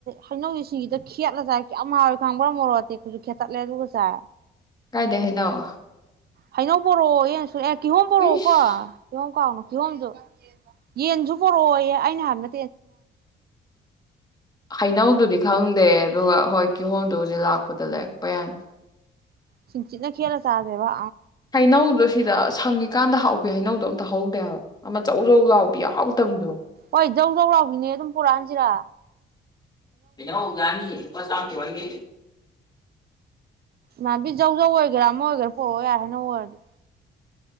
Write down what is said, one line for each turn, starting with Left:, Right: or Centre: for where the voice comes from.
Right: ꯍꯩꯅꯧꯁꯤꯡꯒꯤꯗ ꯈꯦꯠꯂꯖꯥꯏ ꯌꯥꯝꯌꯥꯝꯃꯉꯔ ꯈꯪꯕ꯭ꯔꯥ ꯃꯔꯣꯗꯤꯦ ꯇ ꯈꯦꯇ ꯂ ꯂꯩ ꯑꯗꯨ ꯀꯖꯥ
Left: ꯀꯥꯏꯗꯩ ꯍꯩꯅꯧ
Right: ꯍꯩꯅꯧ ꯣꯔꯣ ꯑꯦ ꯑꯦ ꯀꯤꯍꯣꯝ ꯄꯣꯔꯛꯑꯣ
Left: ꯏꯁ
Right: ꯀꯣ ꯀꯤꯍꯣꯝ ꯀꯥꯎꯅ ꯀꯤꯍꯣꯝꯗ ꯌꯦꯟꯁꯨ ꯄꯣꯔꯛꯑꯣꯌꯦ ꯑꯩꯅ ꯍꯥꯟ ꯅ
Left: ꯍꯩꯅꯧꯗꯨꯗꯤ ꯈꯪꯗꯦ ꯑꯗꯨꯒ ꯍꯣꯏ ꯀꯤꯍꯣꯝꯗꯣꯖꯤꯦ ꯂꯥꯛꯄꯗ ꯂꯩ ꯄꯌꯥꯅꯤ
Right: ꯁꯤꯁꯤꯡ ꯆꯅ ꯈꯦꯂ ꯆꯥꯗꯦꯕ
Left: ꯍꯥꯏꯥꯏꯅꯧꯗ꯭ꯔꯣ ꯁꯤꯗ ꯁꯪꯉꯤꯀꯥꯟꯗ ꯍꯥꯎꯋꯦ ꯍꯩꯅꯧꯗꯣ ꯑꯝꯇ ꯍꯧꯧꯗꯦꯕ ꯑꯃ ꯑꯧ ꯑꯧ ꯂꯥꯎꯕ ꯌꯥꯎꯗꯕꯅꯤꯗꯣ
Right: ꯍꯣꯏ ꯖꯧ ꯖꯧ ꯂꯥꯎꯃꯤꯅꯦ ꯑꯗꯨꯝ ꯄꯨꯣꯔꯛꯑꯟꯁꯤꯔ
Left: ꯅꯦ ꯉꯅꯤꯁ ꯊ ꯋꯥꯔꯤ
Right: ꯃꯥꯥꯟꯕꯤꯖꯧꯖꯧ ꯑꯣꯏꯒꯦꯔꯥ ꯑꯃ ꯑꯣꯏꯒꯦꯔꯥ ꯄꯣꯔꯛꯑꯣ ꯌꯥꯔ ꯍꯥꯏꯅ ꯑꯣꯏꯔꯗꯤ